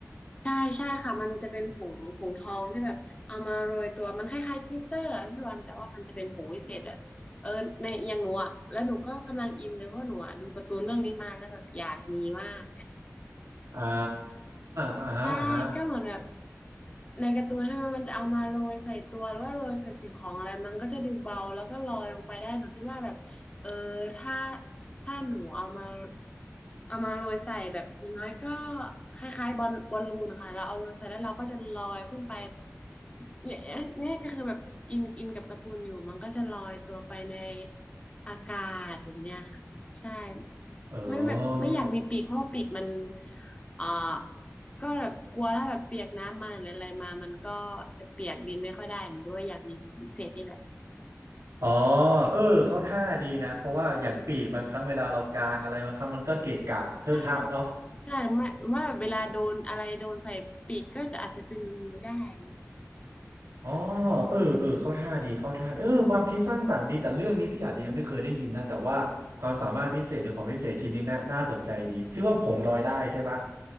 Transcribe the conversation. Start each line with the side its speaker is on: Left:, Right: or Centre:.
Left: ใช่ใช่ค่ะมันจะเป็นผงผงทองที่แบบเอามาโรยตัวมันคล้ายๆกลิตเตอร์อะพี่วันแต่ว่ามันจะเป็นผงวิเศษแบบเออในอย่างหนูอ่ะแล้วหนูก็กำลังอินเลยเพราะหนูอ่ะดูการ์ตูนเรื่องนี้มาแล้วแบบอยากมีมาก
Right: อ่าอ่าฮะอ่าฮะ
Left: ใช่ก็เหมือนแบบในการ์ตูนใช่ไหมมันจะเอามาโรยใส่ตัวหรือว่าโรยใส่สิ่งของอะไรมันก็จะดูเบาแล้วก็ลอยลงไปได้หนูคิดว่าแบบเออถ้าถ้าหนูเอามาเอามาโรยใส่แบบอย่างน้อยก็คล้ายๆบอลบอลลูนค่ะเราเอาโรยใส่แล้วเราก็จะลอยขึ้นไปเนี่ยเนี่ยก็คือแบบอินอินกับการ์ตูนอยู่มันก็จะลอยตัวไปในอากาศแบบเนี้ยค่ะใช่
Right: เออ
Left: ไม่แบบไม่อยากมีปีกเพราะว่าปีกมันเอ่อก็แบบกลัวถ้าแบบเปียกน้ำมาหรืออะไรมามันก็จะเปียกบินไม่ค่อยได้หนูก็เลยอยากมีผมพิเศษนี่แหละ
Right: อ๋อเออเขาท่าดีนะเพราะว่าอย่างปีกบางครั้งเวลาเรากางอะไรบางครั้งมันก็เกะกะเทอะทะเนาะ
Left: ใช่ใช่หรือไม่หรือว่าแบบเวลาโดนอะไรโดนใส่ปีกก็จะอาจจะเป็นรูได้อย่างเงี้ย
Right: อ๋อเออเออเข้าท่าดีเข้าท่าดีเออความคิดสร้างสรรค์ดีแต่เรื่องนี้พี่อาจจะยังไม่เคยได้ยินนะ แต่ว่าความสามารถพิเศษหรือของพิเศษชิ้นนี้น่าน่าสนใจดีชื่อว่าผงลอยได้ใช่ปะ